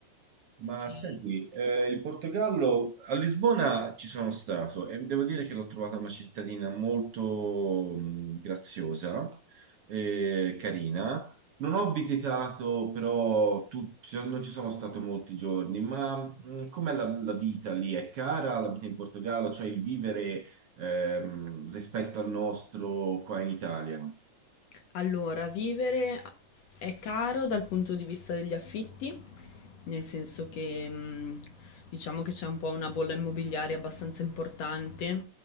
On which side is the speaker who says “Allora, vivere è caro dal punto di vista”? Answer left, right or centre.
Left